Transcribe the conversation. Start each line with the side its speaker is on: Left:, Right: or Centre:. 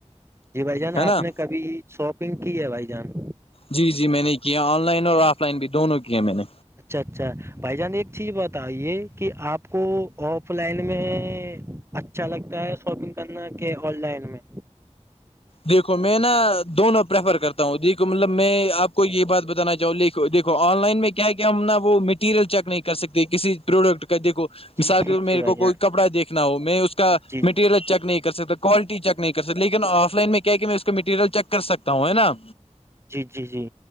Right: جی بھائی جان
Left: ہے نا
Right: آپ نے کبھی شاپنگ کی ہے بھائی جان
Left: جی جی میں نے کیا آن لائن اور آف لائن بھی دونوں کی میں نے
Right: اچھا اچھا بھائی جان ایک چیز بتائیے کہ آپ کو آف لائن میں اچھا لگتا ہے شاپنگ کرنا کہ آن لائن میں
Left: دیکھو میں نا دونوں پریفر کرتا ہوں دیک کو مطلب میں آپ کو یہ بات بتانا چاہوں گی دیکو آن لائن میں کیا ہے کہ ہم نا وہ مٹیریل چیک نہیں کر سکتے کسی پروڈکٹ کا دیکھو
Right: جی
Left: مثال
Right: جی
Left: کے ط میرے
Right: جی بھائی
Left: کو
Right: جان
Left: کوئی کپڑا دیکھنا ہو میں اس کا
Right: جی جی
Left: مٹیریل چیک نہیں کر سکتا کوالٹی چیک نہیں کرک لیکن آف لائن میں کیا کہ میں اس کا میٹیریل چیک کر سکتا ہوں ہے نا
Right: جی جی جی